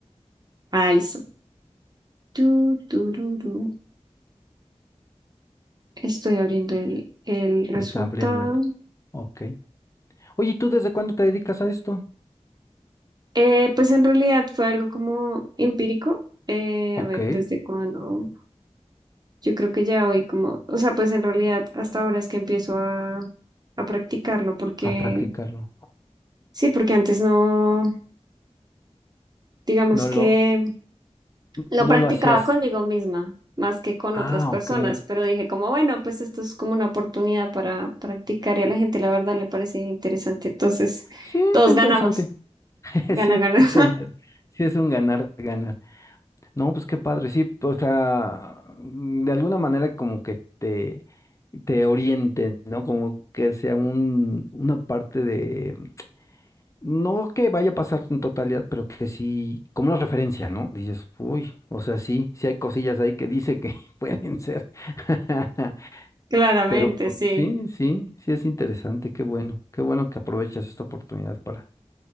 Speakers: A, on the right; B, on the left.
A: Ah, listo. Tu, tururú. Estoy abriendo el, el resultado.
B: Se está abriendo el. Ok. Oye, ¿y tú desde cuándo te dedicas a esto?
A: Eh, pues en realidad fue algo como empírico. Eh,
B: Ok,
A: a ver, desde cuándo. Yo creo que ya hoy como, o sea, pues en realidad hasta ahora es que empiezo a, a practicarlo porque,
B: a practicarlo.
A: sí, porque antes no, digamos
B: No
A: que
B: lo,
A: lo
B: no
A: practicaba
B: lo hacías.
A: conmigo misma más que con
B: Ah,
A: otras personas,
B: ok.
A: pero dije como, bueno, pues esto es como una oportunidad para practicar y a la gente la verdad le parece interesante. Entonces,
B: Sí,
A: todos
B: está interesante.
A: ganamos,
B: <laughs>
A: gana,
B: Sí,
A: gana.
B: está interesante. Sí, es un ganar, ganar. No, pues qué padre, sí, pues, o sea, mm, de alguna manera como que te, te orienten, ¿no? Como que sea un, una parte de, no que vaya a pasar en totalidad, pero que sí, como una referencia, ¿no? Dices, uy, o sea, sí, sí hay cosillas ahí que dice que <laughs> pueden ser. <laughs>
A: Claramente,
B: Pero pues,
A: sí,
B: sí, sí, sí es interesante, qué bueno, qué bueno que aprovechas esta oportunidad para